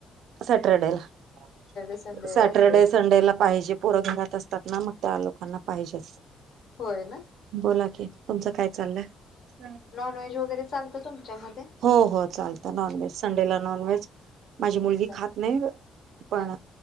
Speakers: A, on the right; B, on the left.
A: सॅटरडेला
B: संडे
A: सॅटरडे
B: असतयच.
A: संडेला पाहिजे पर घरात असतात ना मग त्या लोकांना पाहिजेच.
B: होय ना.
A: बोला कि तुमचं काय चाललंय.
B: नॉनव्हेज वगैरे चालतं तुमच्यामध्ये?
A: हो हो चालत. नॉनव्हेज संडेला नॉनव्हेज माझी मुलगी
B: असतं
A: खात
B: ना?
A: नाही पण
B: हा